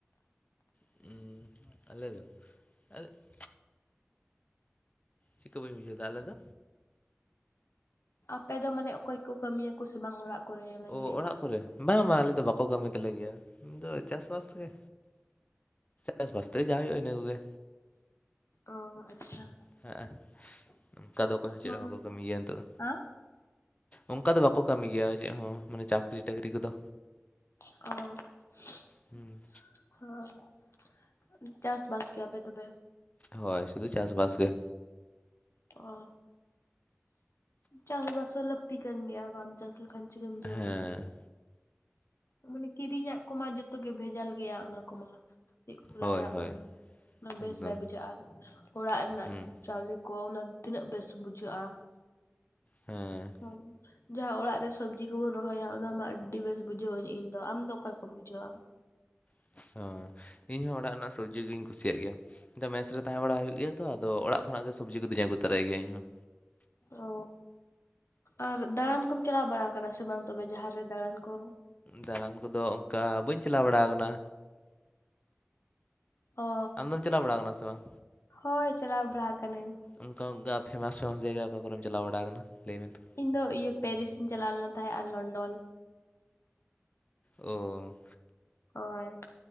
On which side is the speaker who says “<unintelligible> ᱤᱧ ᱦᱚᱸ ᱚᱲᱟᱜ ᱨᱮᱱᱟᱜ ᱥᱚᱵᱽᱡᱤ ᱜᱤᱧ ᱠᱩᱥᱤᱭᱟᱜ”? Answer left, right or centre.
Left